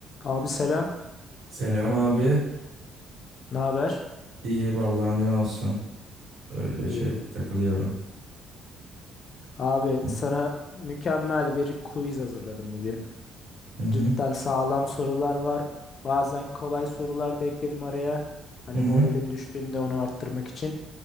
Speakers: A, on the left; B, on the right.
A: Abi selam.
B: Selam abi.
A: Ne haber?
B: İyi vallahi ne olsun. Öyle
A: İyi.
B: şey takılıyorum.
A: Abi
B: Hı
A: sana mükemmel bir quiz hazırladım bugün.
B: hı
A: Cidden sağlam sorular var. Bazen kolay sorular da ekledim araya. Hani
B: hı
A: moralin
B: hı.
A: düştüğünde onu arttırmak için.